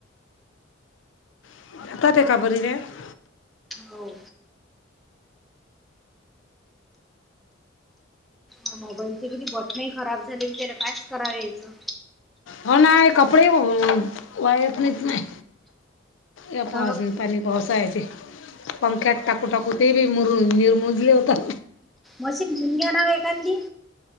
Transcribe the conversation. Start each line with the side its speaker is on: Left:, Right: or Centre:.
Left: <unintelligible>
Centre: हाव हा मोबाईलचे कनी बटनही खराब झाले बिचारे कायच कराव यायचं.
Left: हो ना ये कपडे ही वाळतयेत नाय या पावसानी
Centre: हो.
Left: पाणी पावसाळ्यात चे पंख्यात टाकू टाकू ते बी मुरून निरमूजले होतात.
Centre: मशीन घेऊन घ्या ना ओ एखांदी